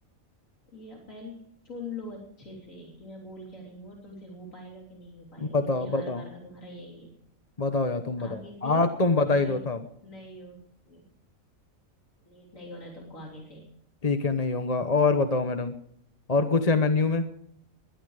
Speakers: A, on the left; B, on the left.
A: ये पहले सुन लो अच्छे से कि मैं बोल क्या रही हूँ और तुमसे हो पाएगा कि नहीं हो पाएगा
B: बताओ
A: क्योंकि
B: बताओ
A: हर बार का तुम्हारा यही है
B: बताओ यार तुम बताओ
A: आगे से
B: आज तुम बता
A: लेट
B: ही दो साहब
A: नहीं होगी लेट नहीं होना है तुमको आगे से
B: ठीक है नहीं होगा और बताओ मैडम और कुछ है मेन्यू में